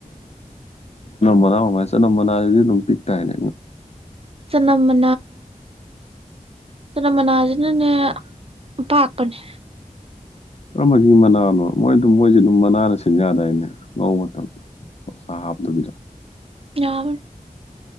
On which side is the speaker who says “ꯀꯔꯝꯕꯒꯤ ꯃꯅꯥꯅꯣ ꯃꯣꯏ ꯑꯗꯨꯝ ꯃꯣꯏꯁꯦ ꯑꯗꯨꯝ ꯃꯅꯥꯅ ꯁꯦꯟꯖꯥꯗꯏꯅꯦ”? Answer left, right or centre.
Left